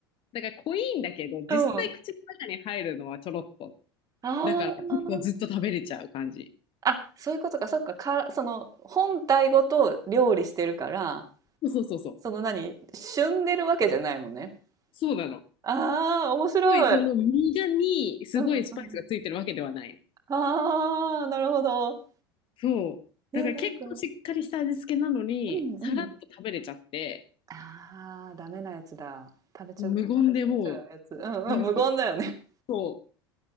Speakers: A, on the left (about 40°); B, on the right (about 25°).
A: だから濃いんだけど、実際口の中に入るのはちょろっと。
B: と、ああ。
A: だから結構ずっと食べれちゃう感じ。
B: あ、そういうことか。そっか。か、その本体ごと料理してるから、
A: そうそうそうそう。
B: その何、旬でるわけじゃないもんね。
A: そうなの。
B: ああ、面白い。
A: すごいその身がにすごいスパイスがついてるわけではないの。
B: うんうん。ああ、なるほど。
A: そう。
B: え、
A: だから結構しっかりした味付けなのに、
B: なんか、うんうん。
A: さらっと食べれちゃって、
B: ああ、ダメなやつだ。食べちゃう、
A: もう無言でも
B: 食べ過ぎちゃうやつ。うんうん、
A: う、なんか、
B: 無言だよね。
A: そう、